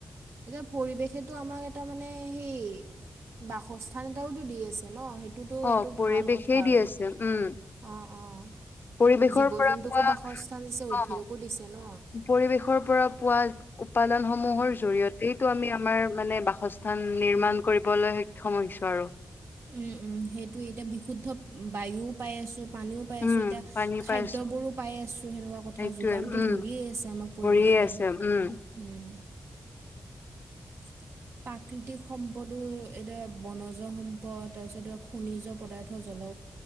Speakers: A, on the right (about 75°); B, on the left (about 50°).
A: এতিয়া পৰিৱেশেতো আমাক এটা মানে সেই বাসস্থান এটাওতো দি আছে ন সেই এইটোতো
B: অ
A: এইটো
B: পৰিৱেশেই
A: ভাল কথা
B: দি
A: আৰু
B: আছে উম
A: অঁ অঁ।
B: পৰিৱেশৰ
A: জীৱ
B: পৰা
A: -জন্তুকো
B: পোৱা
A: বাসস্থান দিছে উদ্ভিদকো
B: অ
A: দিছে ন।
B: পৰিৱেশৰ পৰা পোৱা উৎপাদান সমূহৰ জৰিয়তেটো আমি আমাৰ মানে বাসস্থান নিৰ্মাণ কৰিবলৈ। সমস্যা আৰু
A: উম উম সেইটোৱে এতিয়া বিশুদ্ধ বায়ুও পাই আছো, পানীও পাই
B: উম,
A: আছোঁ, এতিয়া
B: পানী
A: খাদ্যবোৰো
B: পাইছো
A: পাই আছোঁ সেনেকুৱা কথা
B: সেইটোয়ে
A: যোগানটো
B: উম,
A: ধৰিয়ে আছে আমাক পৰিৱেশে।
B: কৰিয়ে আছে উম।
A: উম <unintelligible> প্ৰাকৃতিক সম্পদো এতিয়া বনজ সম্পদ তাৰপিছত এতিয়া খনিজ পদাৰ্থ জল।